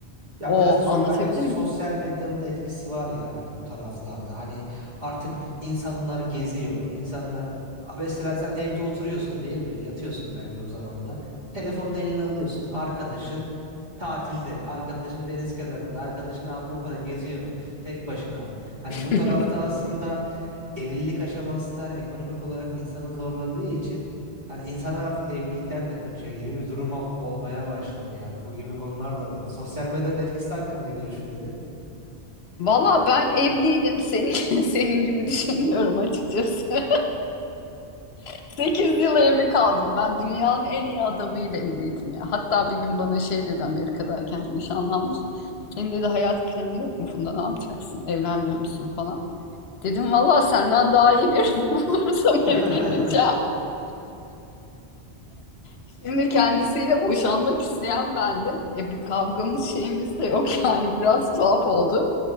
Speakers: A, on the right; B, on the left.
A: Ya
B: O
A: biraz da so-
B: anlatabildim
A: bence sosyal
B: mi?
A: medyanın da etkisi var ya hani bu taraflarda. Hani artık insanlar geziyor. İnsanlar mesela sen evde oturuyorsun değil mi? Yatıyorsun belki o zaman da. Telefonunu eline alıyorsun. Arkadaşın tatilde, arkadaşın deniz kenarında, arkadaşın Avrupa'da geziyor tek başına. Hani
B: <laughs>
A: bu tarafta aslında evlilik aşaması da hani ekonomik olarak insanı zorladığı için hani insanlar artık evlilikten de kaçıyor gibi bir durum o- olmaya başladı yani bu gibi konular da var. Sosyal medyanın etkisi hakkında görüşün nedir?
B: Valla ben evliydim senin, <laughs> senin gibi düşünüyorum açıkçası. <laughs> 8 yıl evli kaldım ben dünyanın en iyi adamıyla evliydim ya. Hatta bir gün bana şey dedi Amerika'dayken nişanlanmış. Senin dedi hayat planı yok mu Funda ne yapacaksın evlenmiyor musun falan. Dedim valla senden daha iyi birini <laughs> bulursam evleneceğim.
A: <laughs>
B: Şimdi kendisiyle boşanmak isteyen bendim. E bir kavgamız şeyimiz de yok yani biraz tuhaf oldu.